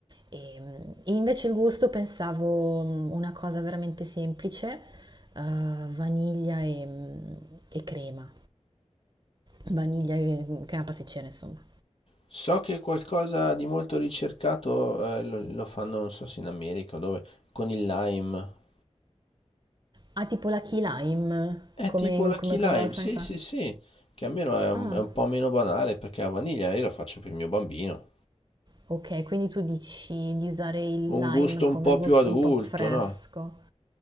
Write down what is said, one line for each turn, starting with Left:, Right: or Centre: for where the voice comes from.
Right: Ehm, E, mm, invece il gusto pensavo mm, una cosa veramente semplice, eh, vaniglia e, mm, e crema, vaniglia e mm, crema pasticcera, insomma.
Left: So che qualcosa di molto ricercato eh, lo, lo fanno, non so se in America o dove, con il lime.
Right: Ah, tipo la key lime,
Left: È
Right: come,
Left: tipo la
Right: come
Left: key lime,
Right: quella roba che
Left: sì,
Right: fai fa?
Left: sì, sì. Che almeno è un,
Right: Ah,
Left: è un po' meno banale perché la vaniglia io la faccio per il mio bambino.
Right: Okay, quindi tu dici di usare il
Left: un
Right: lime
Left: gusto
Right: come
Left: un po'
Right: gusto
Left: più adulto,
Right: un po' fresco.
Left: no?